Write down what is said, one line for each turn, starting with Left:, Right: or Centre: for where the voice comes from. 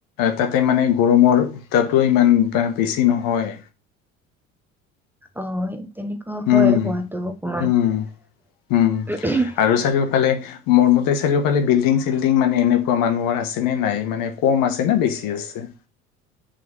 Left: তাতে মানে গৰমৰ উত্তাপটো ইমান বেছি নহয়।
Centre: অ' তেনেকুৱা হয়
Left: উম
Centre: হোৱাতটো অকমান-
Left: উম উম আৰু চাৰিওফালে- মোৰমতে চাৰিওফালে বিল্ডিং চিল্ডিং মানে এনেকুৱা মানুহৰ আছেনে নাই মানে কম আছে নে বেছি আছে।
Centre: <inaudible>